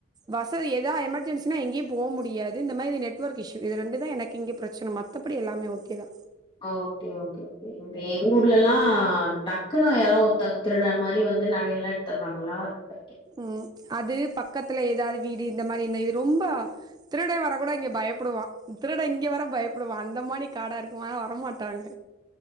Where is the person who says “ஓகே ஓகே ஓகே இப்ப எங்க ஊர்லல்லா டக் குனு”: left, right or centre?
Left